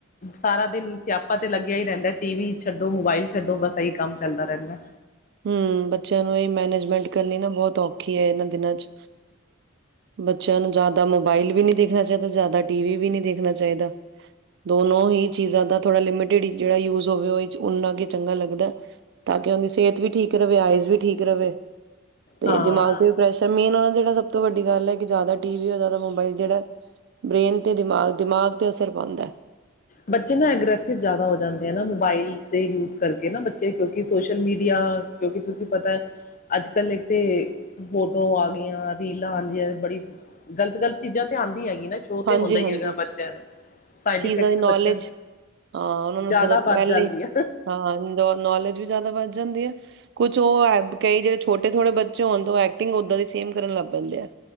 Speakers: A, on the left; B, on the right.
A: ਸਾਰਾ ਦਿਨ ਸਿਆਪਾ ਤੇ ਲੱਗਿਆ ਹੀ ਰਹਿੰਦਾ, ਟੀ ਵੀ ਛੱਡੋ, ਮੋਬਾਇਲ ਛੱਡੋ। ਬਸ ਏਹੀ ਕੰਮ ਚੱਲਦਾ ਰਹਿੰਦਾ।
B: ਹੂੰ, ਬੱਚਿਆਂ ਨੂੰ ਇਹੀ ਮੈਨੇਜਮੈਂਟ ਕਰਨੀ ਨਾ ਬਹੁਤ ਔਖੀ ਹੈ ਇਹਨਾਂ ਦਿਨਾਂ ਚ। ਬੱਚਿਆਂ ਨੂੰ ਜ਼ਿਆਦਾ ਮੋਬਾਇਲ ਵੀ ਨੀ ਦੇਖਣਾ ਚਾਹੀਦਾ, ਜ਼ਿਆਦਾ ਟੀ ਵੀ ਵੀ ਨੀ ਦੇਖਣਾ ਚਾਹੀਦਾ। ਦੋਨੋ ਹੀ ਚੀਜ਼ਾਂ ਦਾ ਥੋੜਾ ਲਿਮਿਟਡ ਜਿਹੜਾ ਯੂਜ ਹੋਵੇ ਉਹ ਉਨਾ ਕੁ ਚੰਗਾ ਲੱਗਦਾ। ਤਾਂ ਕਿ ਉਹਦੀ ਸਿਹਤ ਵੀ ਠੀਕ ਰਵੇ, ਆਈਜ਼ ਵੀ ਠੀਕ ਰਵੇ ਤੇ
A: ਹਾਂ
B: ਦਿਮਾਗ ਤੇ ਵੀ ਪ੍ਰੈਸ਼ਰ, ਮੇਨ ਓਹ ਜਿਹੜਾ ਸਭ ਤੋਂ ਵੱਡੀ ਗੱਲ ਏ ਕਿ ਜਿਆਦਾ ਟੀ ਵੀ, ਜ਼ਿਆਦਾ ਮੋਬਾਇਲ ਜਿਹੜਾ ਬ੍ਰੇਨ ਤੇ ਦਿਮਾਗ, ਦਿਮਾਗ ਤੇ ਅਸਰ ਪਾਉਂਦੈ।
A: ਬੱਚੇ ਨਾ ਅਗ੍ਰੇਸਿਵ ਜਿਆਦਾ ਹੋ ਜਾਂਦੇ ਹੈ ਨਾ, ਮੋਬਾਇਲ ਦੇ ਯੂਜ ਕਰਕੇ ਨਾ ਬੱਚੇ। ਕਿਉਂਕਿ ਸੋਸ਼ਲ ਮੀਡੀਆ ਕਿਉਂਕਿ ਤੁਸੀਂ ਪਤਾ, ਅੱਜ ਕੱਲ ਇੱਕ ਤੇ ਫੋਟੋ ਆ ਗਈਆਂ, ਰੀਲਾਂ ਆਂਦੀਆਂ, ਬੜੀ ਗ਼ਲਤ-ਗਲਤ ਚੀਜ਼ਾਂ ਤੇ ਆਉਂਦੀ ਹੈਗੀ ਇ ਨਾ ਸ਼ੋ ਤੇ
B: ਹਾਂਜੀ
A: ਹੁੰਦਾ ਹੀ
B: ਹਾਂਜੀ
A: ਹੈਗਾ ਬੱਚਿਆਂ ਨੂੰ, ਸਾਈਡ
B: ਚੀਜ਼ਾਂ
A: ਇਫੈਕਟ
B: ਦੀ ਨੌਲੇਜ,
A: ਬੱਚੇ
B: ਹਾਂ ਓਨਾਂ ਨੂੰ
A: ਜ਼ਿਆਦਾ
B: ਪਤਾ
A: ਵੱਧ
B: ਪਹਿਲੇ,
A: ਜਾਂਦੀ ਆ
B: ਹਾਂ ਨੌਲੇਜ। ਵੀ ਜ਼ਿਆਦਾ ਵੱਧ ਜਾਂਦੇ ਆ। ਕੁਛ ਉਹ ਹੈਲਪ ਕਈ ਜੇਟ ਛੋਟੇ ਥੋੜੇ ਬੱਚੇ ਹੋਣ ਤੋਂ ਐਕਿੰਗ ਓਦਾਂ ਦੀ ਸੇਮ ਕਰਨ ਲੱਗ ਪੈਂਦੇ ਆ।